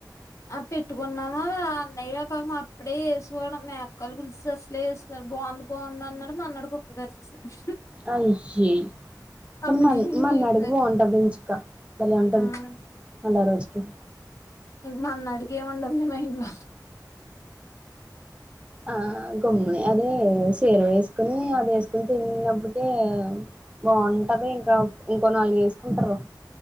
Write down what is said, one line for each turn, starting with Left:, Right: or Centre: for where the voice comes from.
Left: ఆ పెట్టుకున్నామా అన్నయ్య పాపం అప్పుడే చేేసుకోవడం మే అక్కలు పులిసి అసలే ఏసుకోడు బాగుంది బాగుంది అన్నాడు మర్ నాడు కుక్కకరిచేసింది
Right: అయ్యి ఇంక
Left: అప్పటి
Right: మన్
Left: నుంచి
Right: మా
Left: మీదే
Right: నడిగి బాగుంటది ఇంచుక బలే ఉంటది
Left: ఆ
Right: అలా రోజుకి
Left: ఇంక మొన్న అడిగే ఉంటది మెనూ
Right: ఆ గమ్ముని అదే సీర వేసుకుని అది వేసుకుని తిన్నప్పటికే బాగుంటది ఇంకా ఇంకో నాలుగు ఏసుకుంటరు